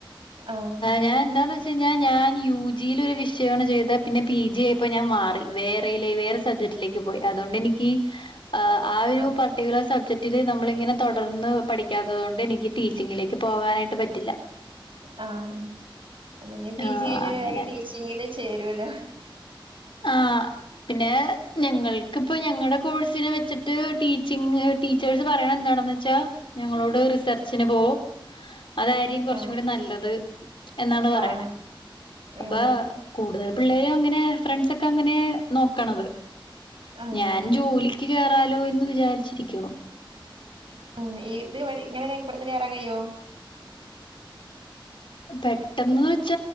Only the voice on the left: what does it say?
ഞാൻ എന്താന്ന് വെച്ചുകഴിഞ്ഞാൽ, ഞാൻ യു ജിൽ ഒരു വിഷയാണൂ ചെയ്തെ പിന്നെ പി ജി ആയപ്പോ ഞാൻ മാറി വേറെയിലേ വേറെ സബ്ജക്റ്റിലേക്ക് പോയി അത് അതോണ്ട് എനിക്ക് ആ ഒരു
പാർട്ടികുലാർ സബ് ഇത് നമ്മൾ ഇങ്ങനെ തുടർന്ന് പഠിക്കാത്തത് കൊണ്ട് എനിക്ക് ടീച്ചിങ്ങിലേക്ക് പോകാനായിട്ട് പറ്റില്ല
ആഹ്
അങ്ങനെ
ആ പിന്നെ ഞങ്ങൾ ഇപ്പോ ഞങ്ങളടെ കോഴ്സിനെ വെച്ചിട്ട് ടീച്ചിംഗ്, ടീച്ചേഴ്സ് പറയുന്നത് എന്താണെന്ന് വെച്ചാ ഞങ്ങളോട് റിസ്ക് ചർചിൻ
പോവു അതായിരി കുറച്ചുകൂടി
നല്ലത് എന്നാണ് പറയണേ.
അപ്പോ
കൂടുതൽ പിള്ളേരും അങ്ങനെ ഫ്രണ്ട്‌സ് ഒക്കെ അങ്ങനെ നോക്കണത്
ഞാൻ ജോലി എനിക്ക് കയറാലോ എന്ന് വിചാരിച്ചിരിക്കോ
പെട്ടെന്ന് വെച്ച